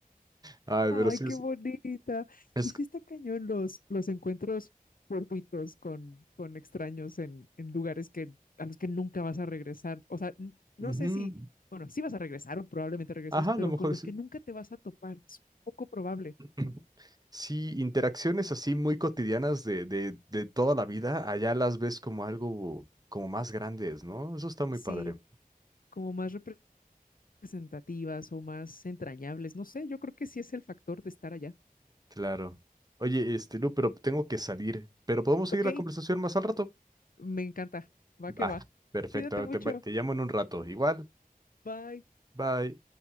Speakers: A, on the right (about 25°); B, on the left (about 70°).
A: ay,
B: Ay,
A: pero sí
B: qué
A: es,
B: bonita.
A: es,
B: Y sí está cañón los, los encuentros fortuitos con, con extraños en, en lugares que, a los que nunca vas a regresar. O sea, n- no
A: ujú.
B: sé si, bueno, sí vas a regresar o probablemente regreses,
A: Ajá,
B: pero
A: a lo mejor
B: con los
A: sí.
B: que nunca te vas a topar. Es poco probable.
A: <clears throat> Sí, interacciones así muy cotidianas de, de, de toda la vida, allá las ves como algo como más grandes, ¿no? Eso está muy
B: Sí,
A: padre.
B: como más representativas o más entrañables. No sé, yo creo que sí es el factor de estar allá.
A: Claro. Oye, este, Lu, pero tengo que salir. Pero podemos seguir
B: Ok,
A: la conversación más al rato.
B: me encanta. Va
A: Va,
B: que va.
A: perfecto.
B: Cuídate mucho.
A: Te, te llamo en un rato. Igual.
B: Bye.
A: Bye.